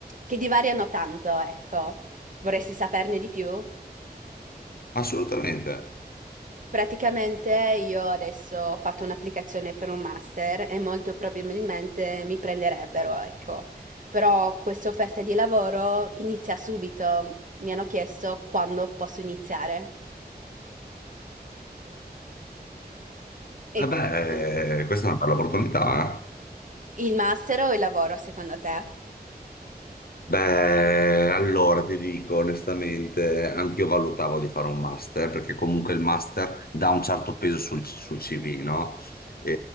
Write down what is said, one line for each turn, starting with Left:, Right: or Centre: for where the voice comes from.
Right: che divariano tanto, ecco. Vorresti saperne di più?
Left: assolutamente.
Right: Praticamente io adesso ho fatto un'applicazione per un master e molto probabilmente mi prenderebbero, ecco. Però questa offerta di lavoro inizia subito. Mi hanno chiesto quando posso iniziare. E
Left: Vabbè,
Right: quindi
Left: questa è una bella opportunità, eh.
Right: il master o il lavoro, secondo te?
Left: Beh, allora ti dico onestamente, anch'io valutavo di fare un master, perché comunque il master dà un certo peso sul, sul CV, no? E,